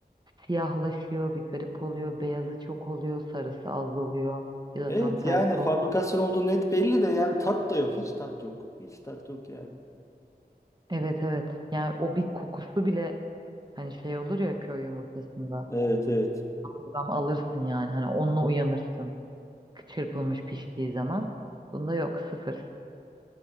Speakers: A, on the right (about 25°); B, on the left (about 20°).
A: siyahlaşıyor, bir garip oluyor. Beyazı çok oluyor, sarısı az oluyor. Ya da
B: Evet
A: tam tersi
B: yani
A: oluyor.
B: fabrikasyon olduğu net belli de yani tat da yok. Hiç tat yok. Hiç tat yok yani.
A: Evet evet. Yani o bir kokusu bile hani şey olur ya köy yumurtasında.
B: Evet evet.
A: Buradan alırsın yani hani onunla uyanırsın. Çırpılmış piştiği zaman. Bunda yok sıfır.